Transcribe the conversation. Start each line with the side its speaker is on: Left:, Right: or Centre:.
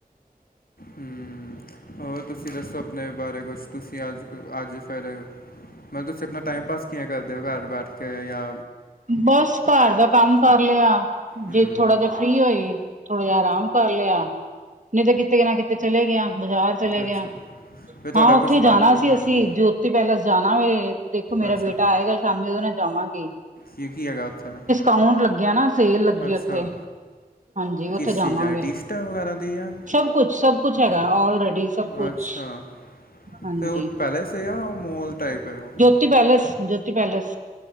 Left: ਹਮ ਹੋਰ ਤੁਸੀਂ ਦੱਸੋ ਆਪਣੇ ਬਾਰੇ ਕੁਛ ਤੁਸੀਂ ਅੱਜ-ਅੱਜ ਫਿਰ ਮਤਲਬ ਤੁਸੀਂ ਆਪਣਾ ਟਾਈਮ ਪਾਸ ਕਿਂ ਕਰਦੇ ਹੋ ਘਰ ਬੈਠ ਕੇ ਜਾ
Right: ਬਸ ਘਰ ਦਾ ਕੰਮ ਕਰ ਲਿਆ।
Left: ਹੂੰ
Right: ਜੇ ਥੋੜਾ ਜਿ ਫ੍ਰਰੀ ਹੋਈ ਥੋੜਾ ਜਹਾ ਆਰਾਮ ਕਰ ਲਿਆ ਨਹੀਂ ਤਾਂ ਕਿਤੇ ਨਾ ਕਿਤੇ ਤੇ ਚਲੇ ਗਿਆ ਬਾਜ਼ਾਰ ਚਲੇ
Left: ਅੱਛਾ
Right: ਗਿਆ।
Left: ਫਿਰ ਤੁਹਾਡਾ
Right: ਹਾਂ
Left: ਕੁਛ
Right: ਉੱਥੇ
Left: ਮਨ
Right: ਜਾਣਾ ਸੀ
Left: ਹਾਂਜੀ
Right: ਅਸੀਂ ਜੋਤੀ ਪੈਲਸ ਜਾਣਾ ਵ ਦੇਖੋ ਮੇਰਾ
Left: ਅੱਛਾ
Right: ਬੇਟਾ ਬੇਟਾ ਆਏਗਾ ਸ਼ਾਮੀ ਉਹਦੇ ਨਾਲ ਜਾਵਾਂਗੇ।
Left: ਕੀ ਕੀ ਹੈਗਾ ਉੱਥੇ
Right: ਅਊਂਟ ਲੱਗਿਆ ਨਾ ਸੇਲ ਲੱਗੀ
Left: ਅੱਛਾ
Right: ਉੱਥੇ ਹਾਂਜੀ ਉੱਥੇ
Left: ਕਿਸ
Right: ਜਾਵਾਂਗੇ
Left: ਚੀਜ਼ਾਂ ਹੈ ਟੀ ਸਟਾਂ ਵਗੈਰਾ ਦੀ ਆ
Right: ਸਭ ਕੁਛ ਸਭ ਕੁਛ ਹੈਗਾ ਲਰੇਡੀ ਸਭ ਕੁਛ
Left: ਅੱਛਾ
Right: ਹਾਂਜੀ
Left: ਫਿਰ ਉਹ ਪੈਲੇਸ ਹੈ ਜਾਂ ਮੋਲ ਟਾਈਪ ਹੈ ਉਹ
Right: ਜੋਤੀ ਪੈਲੇਸ ਜੋੋਤੀ ਪੈਲੇਸ